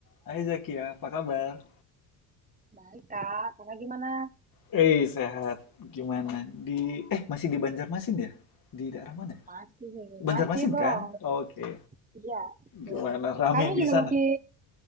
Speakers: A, on the left; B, on the right.
A: Hai Zakia, apa kabar?
B: Baik, Kak. Kakak gimana?
A: Eh, sehat. Gimana? Di eh masih di Banjarmasin ya? Di daerah mana? ya?
B: Masih,
A: Banjarmasin
B: masih dong.
A: kan? Oke.
B: Iya, betul.
A: Gimana? Rame
B: Kakaknya
A: di
B: juga
A: sana?
B: masih,